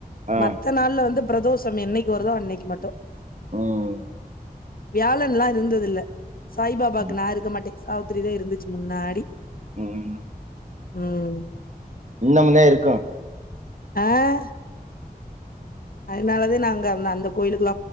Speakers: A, on the right; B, on the left.
A: ஆ
B: மத்த நாள்ல வந்துப் பிரதோஷம் என்னைக்கு வருதோ அன்னைக்கு மட்டும்
A: உம்
B: வியாழன்லா இருந்ததில்ல சாய் பாபாக்கு
A: ம்
B: நா இருக்க மாட்டேன் சாவுத்திரி தான் இருந்துச்சு முன்னாடி
A: இம்
B: உம்
A: இன்னாமலே இருக்கும்
B: ஆஹ் அதனாலதான் நாங்க அந்த அந்த கோயிலுக்கு